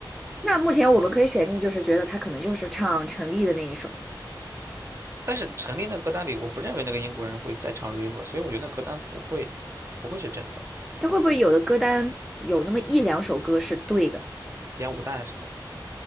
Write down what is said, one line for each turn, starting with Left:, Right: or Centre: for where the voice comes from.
Centre: 那目前我们可以选定，就是觉得他可能就是唱陈粒的那一首。
Right: 但是陈粒那歌单里，我不认为那个英国人会再唱 River，所以我觉得那歌单不会不会是真的。
Centre: 他会不会有的歌单有那么一两首歌是对的？
Right: 烟雾弹是吗？